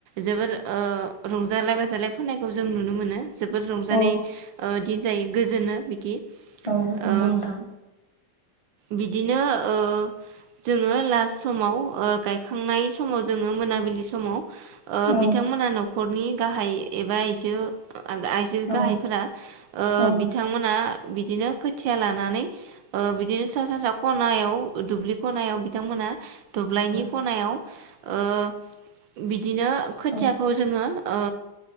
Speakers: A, on the right; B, on the left.
A: जोबोर रंजालाय बाजालाय फोननाय जों नुनो मोनो जोबोद रंजानाय
B: औ
A: दिन जायो गोजोनो बिदि
B: औ नंगौ
A: ओ
B: नोंथां
A: बिदिनो ओ जोङो लास्ट समाव ओ गायखांनाय समाव जोङो मोनाबिलि समाव ओ
B: औ
A: बिथांमोना न' न'खरनि गाहाय एबा आइजो आइजो
B: औ
A: गाहायफोरा
B: औ
A: बिथांमोना बिदिनो खोथिया लानानै ओ बिदिनो सा सानजा ख नायाव दुब्लि खनायाव बिथांमोनहा दब्लायनि खनायाव
B: औ
A: ओ बिदिनो खोथियाखौ
B: औ नंगौ औ
A: जोङो ओ